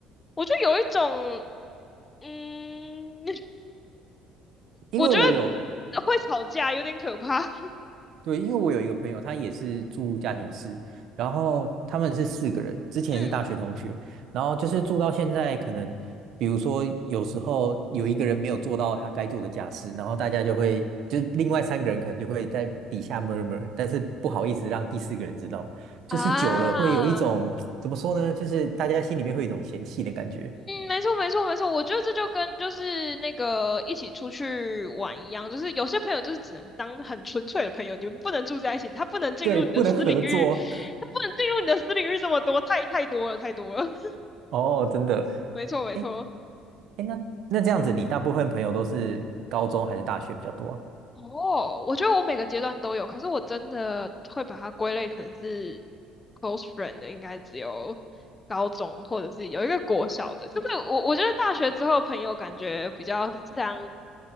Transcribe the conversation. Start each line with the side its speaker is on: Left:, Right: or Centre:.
Left: 我就有一种，嗯，
Right: 因为我有
Left: 我觉得会吵架有点可怕，<laughs>
Right: 对，因为我有一个朋友，他也是住家庭式，然后他们是四个人，之前也是大学同学，
Left: 嗯
Right: 然后就是住到现在，可能比如说有时候有一个人没有做到他该做的家事，然后大家就会，就另外三个人可能就会在底下 m u 但是不好意思让第四个人知道，就是久了会有一种，
Left: 啊，嗯，
Right: 怎么说呢，就是大家心里面会有一种嫌弃的感觉，
Left: 没错没错没错，我觉得这就跟就是那个一起出去玩一样，就是有些朋友就是只能当很纯粹的朋友，你们不能住在一起，他不能进入你的私领域，
Right: 对，不能合作，
Left: 他不能进入你的私领域这么多，太太多了太多了，<laughs>
Right: <laughs> 哦，真的，
Left: 没错没错。
Right: 哎哎，那那这样子，你大部分朋友都是高中还是大学比较多啊？
Left: 哦，我觉得我每个阶段都有，可是我真的会把它归类成是 close friend 的，应该只有高中或者是有一个国小的，就是我我觉得大学之后朋友感觉比较像